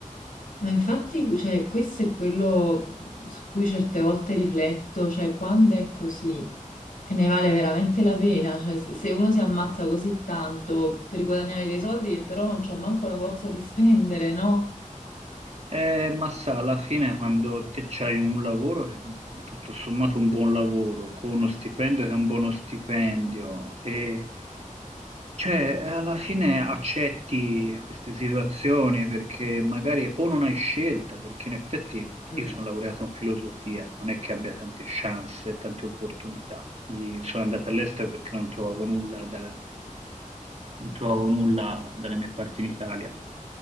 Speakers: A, on the left; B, on the right.
A: Ma infatti, cioè, questo è quello su cui certe volte rifletto, cioè quando è così e ne vale veramente la pena, cioè se, se uno si ammazza così tanto per guadagnare dei soldi che però non c'ho manco la forza di spendere, no?
B: Eh, ma sa, alla fine quando te c'hai un lavoro, che è tutto sommato un buon lavoro, con uno stipendio che è un buono stipendio, e cioè eh, alla fine accetti queste situazioni perché magari o non hai scelta, perché in effetti
A: Mm,
B: io sono laureato in filosofia, non è che abbia tante chance, tante opportunità. I- sono andato all'estero perché non trovavo nulla da non trovavo nulla dalle mie parti in Italia.